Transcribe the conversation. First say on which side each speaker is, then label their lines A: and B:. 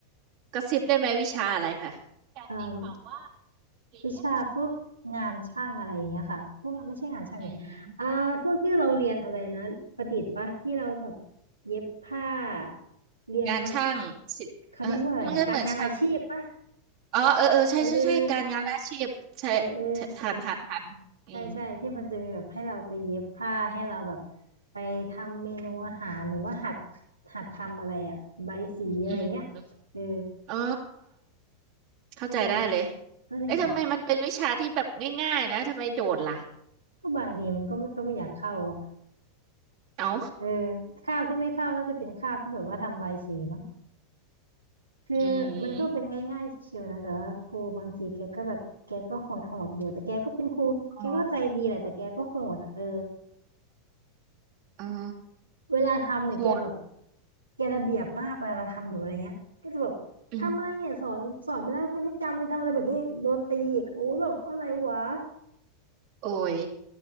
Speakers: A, on the right; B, on the right.
A: กระซิบได้ไหมวิชาอะไรคะการตีความว่า
B: เออ
A: หรือแค่
B: วิชาพวกงานช่างอะไรอย่างเงี้ยค่ะพวกไม่ใช่งานช่างเลยอ่าพวกที่เราเรียนอะไรนะประดิษฐ์ปะที่เราแบบ
A: อืม
B: เย็บผ้าเรียนท
A: งานช่างศิลป์เออมันก็เหมือนช่าง
B: ำเขาเรียกว่าอะไรอะการงานอาชีพปะ
A: อ๋อเออเออใช่ใช่ใช่การงานและอาชีพใช่
B: เออเออเออเออ
A: ทันทันทันอืม
B: ใช่ใช่ที่มันจะมีแบบให้เราไปเย็บผ้าให้เราแบบไปทำเมนูอาหารหรือว่าหัดหัดทำอะไรอะใบายสีอะไรเงี้ยเออ
A: อืมอมอ๋อเข้าใจได้เลย
B: นั่นแหละก็เลยแบบ
A: เอ๊ะทำไมมันเป็นวิชาที่แบบง่ายๆนะทำไมโดดล่ะ
B: ก็บางทีมันก็ไม่ก็ไม่อยากเข้าอะ
A: เอ้า
B: เออข้าวที่ไม่เข้าน่าจะเป็นข้าวที่แบบว่าทำใบสีมั้งคือมันก็เป็นง่ายๆชิวๆนะแต่ว่าครูบางทีแกก็แบบแกก็โหดโหดอยู่แต่แกก็เป็นครูแกก็ใจดีแหละแต่แกก็โหดอะเออ
A: อืมอ๋ออ๋อ
B: เวลาทำเนี่ยแกแบบ
A: โหด
B: แกระเบียบมากเวลาเราทำอยู่อะไรเงี้ยก็จะแบบทำอะไรเนี่ยสอนสอนไปแล้วใครไม่จำไปทำอะไรแบบนี้โดนตีอีกโอ้แบบอะไรวะ
A: อืมโอ้ย